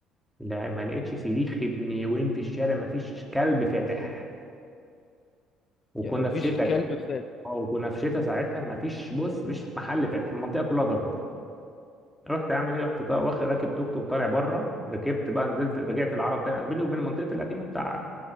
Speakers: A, in the centre; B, on the left.
A: لا ما لقيتش صريخ ابن يومين في الشارع ما فيش كلب فاتح وكنا
B: يعني مفيش
A: في شتاء
B: كلب
A: كده
B: فات
A: اه وكنا في شتاء ساعتها ما فيش بص مفيش محل فاتح المنطقه كلها ضلمه رحت اعمل ايه رحت طا- واخد راكب توك توك طالع بره ركبت بقى نزلت رجعت العرب تاني انا بيني وبين المنطقه القديمه بتاع